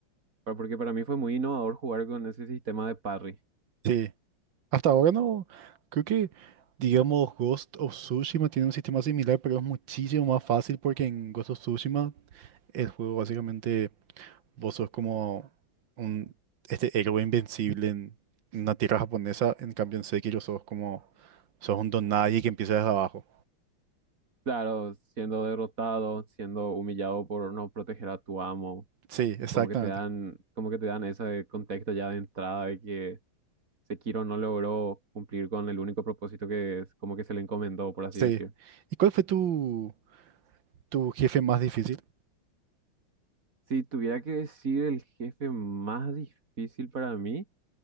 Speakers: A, on the right (about 40°); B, on the right (about 65°).
A: pa- porque para mí fue muy innovador jugar con ese sistema de parry.
B: Sí, hasta ahora no. Creo que, digamos, Ghost of Tsushima tiene un sistema similar, pero es muchísimo más fácil porque en Ghost of Tsushima el juego básicamente vos sos como un este héroe invencible en una tierra japonesa. En cambio, en Sekiro sos como sos un don nadie que empieza desde abajo.
A: Claro, siendo derrotado, siendo humillado por no proteger a tu amo,
B: Sí, exactamente.
A: como que te dan, como que te dan ese contexto ya de entrada de que Sekiro no logró cumplir con el único propósito que es como que se le encomendó, por así
B: Sí.
A: decir.
B: ¿Y cuál fue tu Tu jefe más difícil.
A: Si tuviera que decir el jefe más difícil para mí,